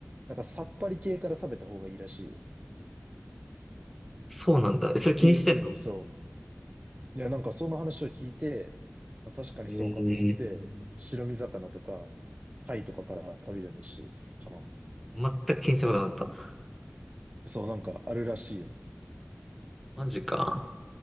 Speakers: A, on the right (about 30°); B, in the centre.
A: なんかさっぱり系から食べた方がいいらしいよ。っ
B: そうなんだ。えそれ気にしてんの
A: ていうふうにそう。いや、なんかその話を聞いて、まあ、確かにそうかと思って、
B: ええー
A: 白身魚とか、貝とかから食べるようにしてるかな。
B: 全く気にしたことなかった。
A: そう、なんかあるらしいよ。っ
B: マジか。